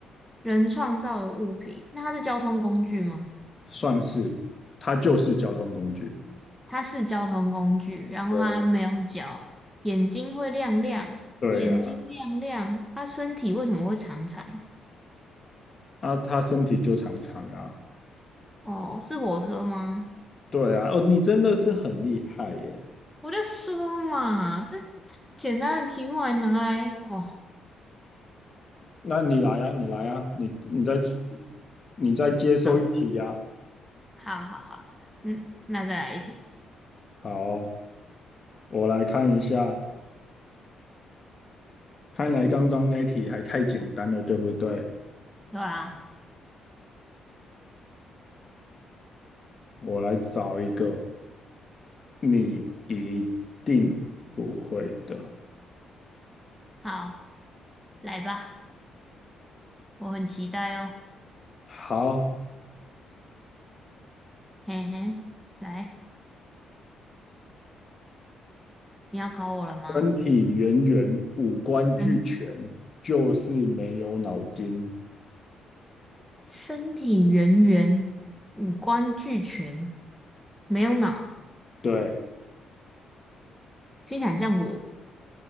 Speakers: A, in the centre; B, on the left.
A: 人创造的物品。那它是交通工具吗？
B: 算是，它就是交通工具。
A: 它是交通工具，然后它没有脚，
B: 对啊，
A: 眼睛会亮亮，
B: 对呀、
A: 眼睛亮亮，它身体为什么会长长？
B: 啊，啊它身体就长长啊，
A: 哦，是火车吗？
B: 对啊，哦，你真的是很厉害耶。
A: 我就说嘛，这简单的题目还拿来哦，
B: 那你来啊，你来啊，你你再你再接受一题啊。
A: 好，好，好，好，嗯，那再来一题，
B: 好，我来看一下，看来刚刚那题还太简单了，对不对？
A: 对啊，
B: 我来找一个你一定不会的。
A: 好，来吧，我很期待哦，
B: 好，
A: 嘿嘿，来，你要搞我了吗？
B: 身体圆圆，五官俱全，
A: 嗯，
B: 就是没有脑筋。
A: 身体圆圆，五官俱全，没有脑。
B: 对，
A: 听起来很像我。